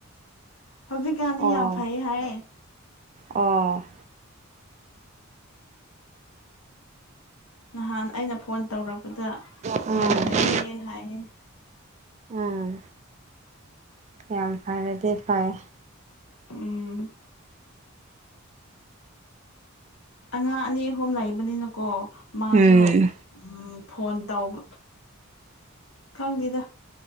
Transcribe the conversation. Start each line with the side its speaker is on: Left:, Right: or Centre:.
Left: ꯍꯧꯖꯤꯛꯀꯥꯟꯗꯤ
Right: ꯑꯣ
Left: ꯌꯥꯝ ꯐꯩ ꯍꯥꯏ
Right: ꯑꯣ
Left: ꯅꯍꯥꯟ ꯑꯩꯅ ꯐꯣꯟ ꯇꯧꯔꯛꯄꯗ
Right: ꯎꯝ
Left: ꯌꯥꯝ ꯐꯩꯌꯦ ꯍꯥꯏꯌꯦ
Right: ꯎꯝ ꯌꯥꯝ ꯐꯔꯗꯤ ꯐꯩ
Left: ꯎꯝ ꯑꯉꯥꯡ ꯑꯅꯤ ꯑꯍꯨꯝ ꯂꯩꯕꯅꯤꯅꯀꯣ ꯃꯥꯁꯨ
Right: ꯎꯝ
Left: ꯎꯝ ꯐꯣꯟ ꯇꯧꯕ ꯈꯪꯗꯦꯗ